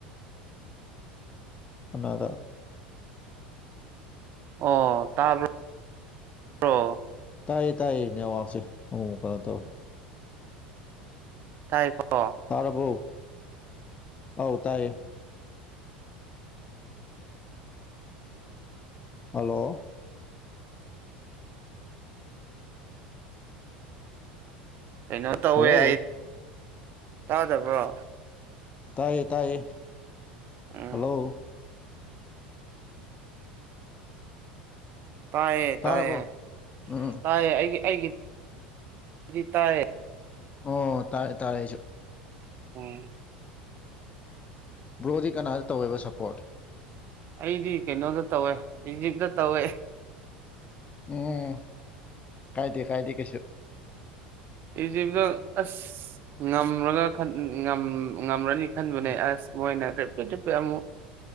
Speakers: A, on the left; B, on the right.
A: ꯀꯥꯅꯥꯗ
B: ꯑꯣ ꯇꯥꯕ꯭ꯔꯣ ꯕꯔꯣ
A: ꯇꯥꯏꯌꯦ ꯇꯥꯏꯌꯦ ꯅꯦꯋꯥꯛꯁꯦ ꯑꯃꯨꯛꯃꯨꯛ ꯀꯩꯅꯣ ꯇꯧꯋꯦ
B: ꯇꯥꯏꯀꯣ
A: ꯊꯥꯔꯕꯣ ꯑꯥꯎ ꯇꯥꯏꯌꯦ ꯍꯥꯜꯂꯣ
B: ꯀꯩꯅꯣ ꯇꯧꯋꯦ
A: ꯍꯜꯂꯣ
B: ꯑꯩ ꯇꯥꯗꯕ꯭ꯔꯣ
A: ꯇꯥꯏꯌꯦ ꯇꯥꯏꯌꯦ
B: ꯎꯝ
A: ꯍꯥꯜꯂꯣ
B: ꯇꯥꯏꯌꯦ
A: ꯇꯥꯔꯕꯣ
B: ꯇꯥꯏꯌꯦ
A: ꯎꯝ
B: ꯇꯥꯏꯌꯦ ꯑꯩꯒꯤ ꯑꯩꯒꯤ ꯒꯤ ꯇꯥꯏꯌꯦ
A: ꯑꯣ ꯇꯥꯔꯦ ꯇꯥꯔꯦ ꯑꯩꯁꯨ
B: ꯑꯣ
A: ꯕ꯭ꯔꯣꯗꯤ ꯀꯅꯥꯗ ꯇꯧꯋꯦꯕ ꯁꯞꯄꯣꯔꯠ
B: ꯑꯩꯗꯤ ꯀꯩꯅꯣꯗ ꯇꯧꯋꯦ ꯏꯖꯤꯞꯇ ꯇꯧꯋꯦ
A: ꯑꯣ ꯀꯥꯏꯗꯦ ꯀꯥꯏꯗꯦ ꯀꯩꯁꯨ
B: ꯏꯖꯤꯞꯇꯣ ꯑꯁ ꯉꯝꯔꯒ ꯈꯟ ꯉꯝ ꯉꯝꯔꯅꯤ ꯈꯟꯕꯅꯦ
A: ꯎꯝ
B: ꯑꯁ ꯃꯣꯏꯅ ꯔꯦꯄꯤꯠ ꯔꯤꯄꯤꯠ ꯑꯃꯨꯛ